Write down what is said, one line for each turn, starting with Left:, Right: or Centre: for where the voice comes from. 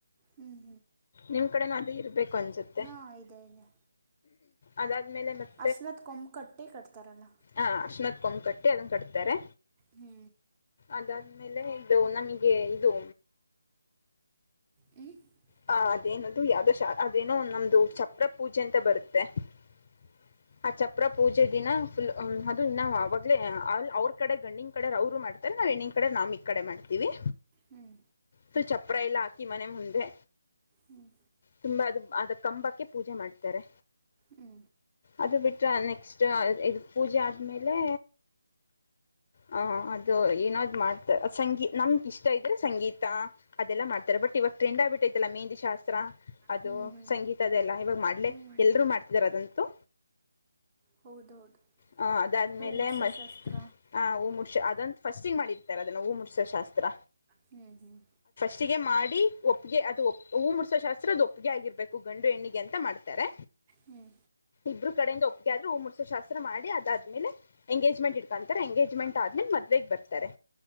Right: ಹ್ಮ್
Left: ನಿಮ್ ಕಡೆನು ಅದೇ ಇರ್ಬೇಕು ಅನ್ಸುತ್ತೆ
Right: ಹಾ ಇದೆ ಇದೆ
Left: ಅದಾದ್ಮೇಲೆ ಮತ್ತೆ
Right: ಹರ್ಶನದ ಕೊಂಬ ಕಟ್ಟೆ ಕಟ್ತಾರಲ್ಲ
Left: ಹ ಅರ್ಶಿನದ್ ಕೊಂಬ್ ಕಟ್ಟಿ ಅದನ್ನ ಕಟ್ತಾರೆ
Right: ಹ್ಮ್
Left: ಅದಾದ್ಮೇಲೆ ಇದು ನಮಿಗೆ ಇದು
Right: ಹ್ಞೂ
Left: ಹ ಅದೇನದು ಯಾವ್ದೋ ಶ ಅದೇನೋ ನಮ್ದು ಚಪ್ರ ಪೂಜೆ ಅಂತ ಬರುತ್ತೆ ಹ <inaudible> ಆ ಚಪ್ರ ಪೂಜೆ ದಿನ ಫುಲ್ ಅದು ಇನ್ನ ಅವಾಗಲೇ ಅ ಅವ್ರ ಕಡೆ ಗಂಡಿನ್ ಕಡೆ ಅವ್ರು ಮಾಡ್ತಾರೆ ನಾವ್ ಹೆಣ್ಣಿನ್ ಕಡೆ ನಾಮ್ ಈ ಕಡೆ ಮಾಡ್ತೀವಿ
Right: ಹ್ಮ್
Left: ಫುಲ್ ಚಪ್ರ ಎಲ್ಲ ಹಾಕಿ ಮನೆ ಮುಂದೆ
Right: ಹ್ಞೂ
Left: ತುಂಬಾ ಅದು ಅದ ಕಂಬಕ್ಕೆ ಪೂಜೆ ಮಾಡ್ತಾರೆ
Right: ಹ್ಞೂ ಹ್ಞೂ
Left: ಅದು ಬಿಟ್ರ ನೆಕ್ಸ್ಟ್ ಇದು ಪೂಜೆ ಆದ್ಮೇಲೆ ಹ ಅದು ಏನೋ ಅದ್ ಮಾಡ್ತರೆ ಸಂಗೀ ನಮ್ಗೆ ಇಷ್ಟ ಇದ್ರೆ ಸಂಗೀತ ಅದೆಲ್ಲ ಮಾಡ್ತಾರೆ ಬಟ್ ಇವಾಗ್ ಟ್ರೆಂಡ್ ಆಗ್ಬಿಟ್ಟತೆ ಎಲ್ಲ ಮೆಹಂದಿ ಶಾಸ್ತ್ರ ಅದು
Right: ಹ್ಞೂ
Left: ಸಂಗೀತ ಅದೆ ಎಲ್ಲ ಇವಾಗ ಮಾಡ್ಲೆೇ
Right: ಹ್ಞೂ ಹ್ಞೂ
Left: ಎಲ್ಲರೂ ಮಾಡ್ತಿದ್ದಾರೆ ಅದಂತು ತ್ತು
Right: ಹೌದೌದು
Left: ಹ ಅದಾದ್ಮೇಲೆ
Right: ಹೂ ಮುಡ್ಸೋ
Left: ಮ
Right: ಶಾಸ್ತ್ರ
Left: ಹ ಹೂ ಮುಡ್ಸೋ ಫಸ್ಟಿಗೆ ಮಾಡಿರ್ತಾರೆದುನ್ನ ಹೂ ಮೊಡ್ಸೋ ಶಾಸ್ತ್ರ
Right: ಹ್ಮ್ ಹ್ಮ್
Left: ಚ್ಚಿಗೆ ಮಾಡಿ ಒಪ್ಪಿಗೆ ಅದು ಹೂ ಮುಡಸೋ ಶಾಸ್ತ್ರ ಅದು ಒಪ್ಪಿಗೆ ಆಗಿರ್ಬೇಕು ಗಂಡು ಹೆಣ್ಣಿಗೆ ಅಂತ ಮಾಡ್ತಾರೆ
Right: ಹ್ಮ್
Left: ಇಬ್ಬರು ಕಡೆಹಿಂದ ಒಪ್ಪಿಗೆ ಆದ್ರೆ ಹೂ ಮೊಡ್ಸೋ ಶಾಸ್ತ್ರ ಮಾಡಿ ಅದಾದ್ಮೇಲೆ ಎಂಗೇಜ್ಮೆಂಟ್ ಇಡ್ಕೊಂತಾರೆ ಎಂಗೇಜ್ಮೆಟ್ ಆದ್ಮೇಲೆ ಮದ್ವೆ ಬರ್ತಾರೆ